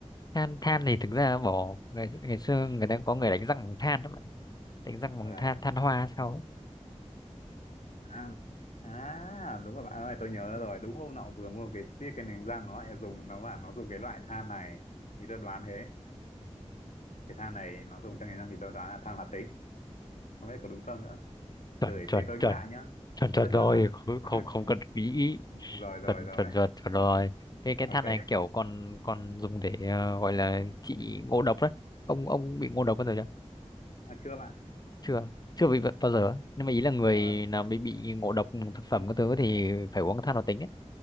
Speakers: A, on the left (about 35°); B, on the left (about 85°).
A: than than thì thực ra bỏ ngày ngày xưa người ta có người đánh răng bằng than đó bạn đánh răng bằng
B: à,
A: than than hoa sao ấy
B: à, à đúng rồi bạn ơi tôi nhớ rồi đúng hôm nọ vừa mua cái tiết cái nành răng nó lại dùng nó bảo nó dùng cái loại than này thì tôi đoán thế cái than này nó dùng cho nành răng thì tôi đoán là than hoạt tính không biết có đúng không nữa
A: chuẩn
B: rồi
A: chuẩn
B: để tôi nghĩ
A: chuẩn
B: lại nhá
A: chuẩn chuẩn
B: tôi
A: rồi
B: chuẩn à
A: không
B: <laughs>
A: không không cần nghĩ
B: rồi rồi
A: chuẩn
B: rồi
A: chuẩn chuẩn chuẩn rồi cái cái
B: ok
A: than này kiểu còn còn dùng để ờ, gọi là trị ngộ độc đấy ông ông bị ngộ độc bao giờ chưa
B: à, chưa bạn
A: chưa chưa bị bao giờ á. nhưng mà ý là người
B: Ờ,
A: nào bị bị ngộ độc thực phẩm các thứ thì phải uống than hoạt tính đấy